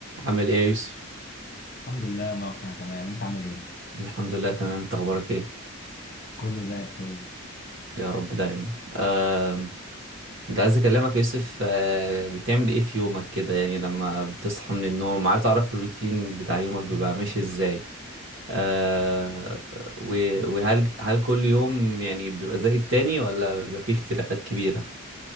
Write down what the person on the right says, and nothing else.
عامل ايه يا يوسف؟
الحمد لله تمام انت اخبارك ايه؟
يا رب دايما آم، كنت عايز اكلمك يا يوسف آه، بتعمل ايه في يومك كده يعني لما بتصحى من النوم عايز اعرف الروتين بتاع يومك بيبقى ماشي ازاي آه، و- وهل هل كل يوم يعني بيبقى زي التاني ولا بيبقى فيه اختلافات كبيرة؟